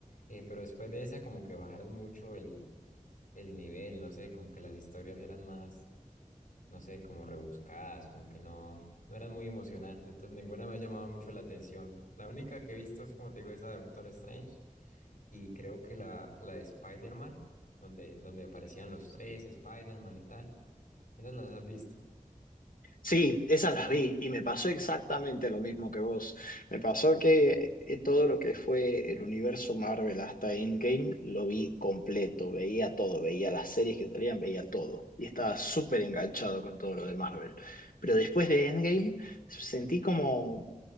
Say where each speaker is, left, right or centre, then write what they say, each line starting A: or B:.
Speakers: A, on the left; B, on the left.
A: eh, pero después de esa como que bajaron mucho el, el nivel, no sé, como que las historias eran más no sé, como rebuscadas, como que no, no eran muy emocionantes, entonces ninguna me ha llamado mucho la atención. La única que he visto es, como te digo, esa de Doctor Strange y creo que la, la de Spider-Man, donde, donde aparecían los tres, Spider-Man y tal. Esas las has visto.
B: Sí, esas las vi y me pasó exactamente lo mismo que vos. Me pasó que eh, todo lo que fue el universo Marvel hasta Endgame lo vi completo, veía todo, veía las series que salían, veía todo y estaba súper enganchado con todo lo de Marvel. Pero después de Endgame sentí como,